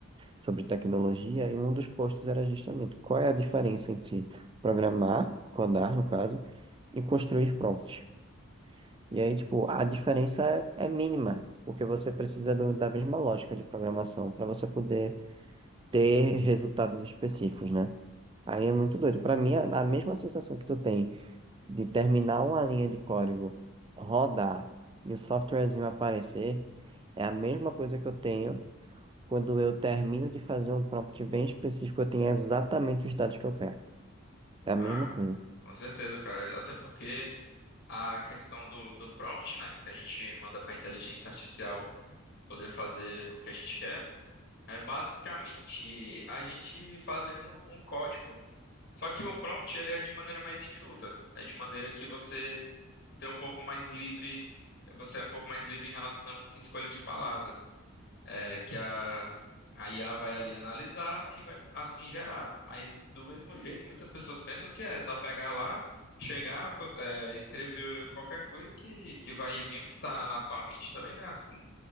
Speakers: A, on the right; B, on the left.
A: sobre tecnologia e um dos posts era justamente qual é a diferença entre programar, codar no caso, e construir prompt. E aí, tipo, a diferença é, é mínima, porque você precisa do- da mesma lógica de programação para você poder ter resultados específicos, né? Aí é muito doido. Para mim, a, a mesma sensação que tu tem de terminar uma linha de código, rodar e o softwarezinho aparecer, é a mesma coisa que eu tenho quando eu termino de fazer um prompt bem específico, eu tenho exatamente os dados que eu quero. É a
B: Ah,
A: mesma coisa.
B: com certeza, cara. Até porque a questão do, do prompt, né, que a gente manda para a inteligência artificial poder fazer o que a gente quer, é basicamente a gente fazendo um código, só que o prompt ele é de maneira mais enxuta, é de maneira que você tem um pouco mais livre, você é um pouco mais livre em relação à escolha de palavras é, que a, a IA vai ali analisar e vai assim gerar. Mas do mesmo jeito, muitas pessoas pensam que é só pegar lá, chegar, p- é, escrever qualquer coisa que, que vai vir o que está na sua mente. Também não é assim.